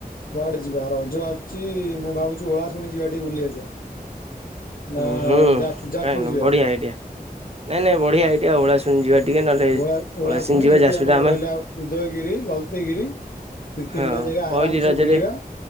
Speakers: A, on the left; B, on the right.
A: କୁଆଡେ ଯିବା ରଜ ଆସୁଛି ମୁଁ ଭାବୁଛି ଓଳାଶୁଣି ଯିବା ଟିକେ ବୁଲି ଆସିବା। ନା
B: ଉଁ ହୁଁ।
A: ଯାଜ ଯାଜପୁର
B: କାଇଁ
A: ଯିବା।
B: ବଢିଆ ଆଇଡିଆ ନାଇଁ ନାଇଁ ବଢିଆ ହେଇଟା ଓଳାଶୁଣି ଯିବା ଟିକେ ନହେଲେ
A: ଓଳା ଓଳାଶୁଣି
B: ଯିବା
A: ସେଠି
B: ଯାଜପୁରରେ
A: ଆମର
B: ଆମେ
A: ରହିଲା ଉଦୟଗିରି, ଲଲତିଗିରି ଦୁଇ
B: ହଁ
A: ତିନିଟା ଜାଗା
B: ପହିଲି
A: ଆରାମସେ
B: ରଜରେ
A: ବୁଲିବା